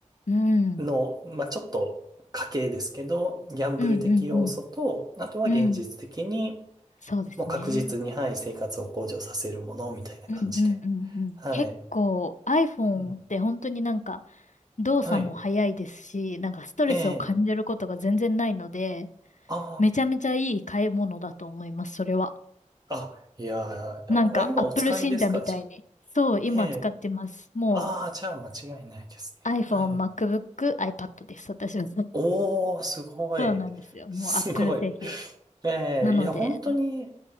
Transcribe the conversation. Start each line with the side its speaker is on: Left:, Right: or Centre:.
Left: うん。うん
Right: の、まあ、ちょっと家計ですけど、ギャンブル的要素と、
Left: うんうん。
Right: あとは現実的に、
Left: うん。そうですね。
Right: もう確実に、はい、生活を向上させるものみたいな感じで。
Left: うんうんうんうん。
Right: はい。
Left: 結構 iPhone
Right: ええ
Left: って本当になんか動作も早いですし、
Right: はい。
Left: なんかストレスを感じることが全然ないので、
Right: ええ。あ
Left: めちゃめちゃいい買い物だと思います、それは。
Right: あ、あ、いやー、
Left: なんか
Right: あ、今お使いですかじゃあ。
Left: Apple 信者みたいに。そう、今使ってます。
Right: ええ。
Left: も
Right: ああ、じゃあ間違いないですね。
Left: う iPhone、
Right: はい。
Left: MacBook、iPad です。私は。<laughs> そ
Right: おー、すごい。
Left: うなんですよ。
Right: すごい。
Left: もう Apple 製品。
Right: ええ、
Left: なので、
Right: いや、本当に